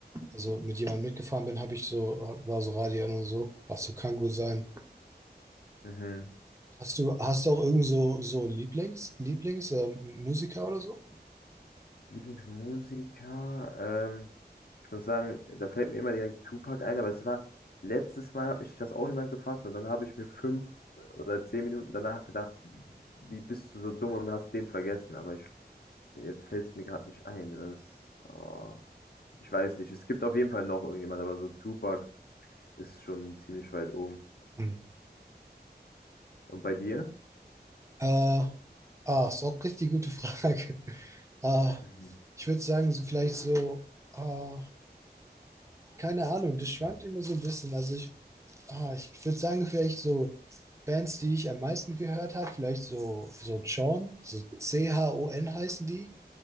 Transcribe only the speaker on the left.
Mhm.
Lieblingsmusiker, ähm, ich muss sagen, da fällt mir immer direkt Tupac ein, aber es war, letztes Mal hat mich das auch jemand gefragt und dann habe ich mir fünf oder zehn Minuten danach gedacht, Wie bist du so dumm und hast den vergessen? Aber ich, jetzt fällt es mir gerade nicht ein. Das, oh, ich weiß nicht. Es gibt auf jeden Fall noch irgendjemand, aber so Tupac ist schon ziemlich weit oben.
Und bei dir?
Mhm.